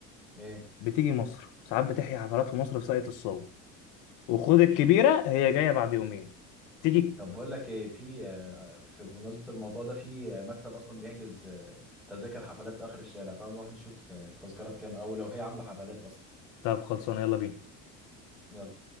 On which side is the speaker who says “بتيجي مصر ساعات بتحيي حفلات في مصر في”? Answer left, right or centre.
Left